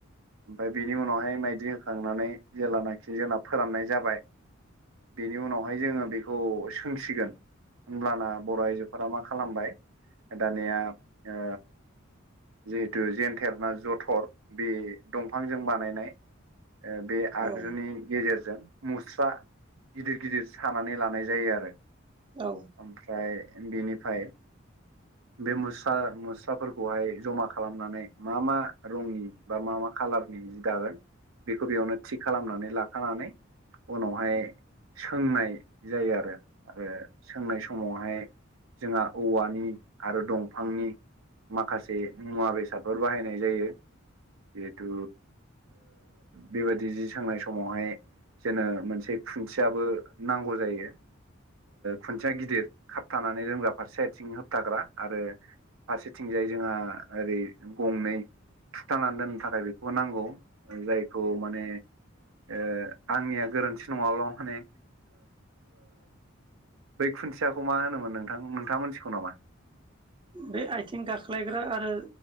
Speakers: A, on the right (about 80°); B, on the right (about 25°).
A: ओमफ्राय बिनि उनावहाय माइदि होखांनानै जेलानाखि जोंना फोराननाय जाबाय बेनि उनावहाय जोङो बेखौ सोंसिगोन होमब्लाना आयजोफोरा मा खालामबाय दानिया ओ जिहेथु जेेनथेर ना जथर बे दंफांजों बानायनाय बे आगजुनि
B: औ
A: गेजेरजों मुस्रा गिदिर गिदिर सानानै लानाय जायो आरो।
B: औ
A: ओमफ्राय बेनिफ्राय बे मुस्रा मुस्राफोरखौहाय जमा खालामनानै मा मा रंनि बा मा मा खालारनि जि दागोन बेखौ बेयावनो थिग खालामनानै लाखानानै उनावहाय सोंनाय जायो आरो सोंनाय समाव समावहाय जोंहा औवानि आरो दंफांनि माखासे मुवा बेसादफोर बाहायनाय जायो। जिहेथु बेबादि जि सोंनाय समावहाय जेनो मोनसे खुन्थियाबो नांगौ जायो खुन्थिया गिदिर खाबथानानै दोनग्रा फारसे आथिं होबथाग्रा आरो फारसेथिंजाय जोंहा ओरै गंनै थुथाबनानै दोननो थाखाय बेखौ नांगौ जायखौ माने ओ आंनिया गोरोन्थि नङाब्ला माने बै खुन्थियाखौ मा होनोमोन नोंथां नोंथां मा मोनथिगौ नामा?
B: बे आयथिं गाख्लायग्रा आरो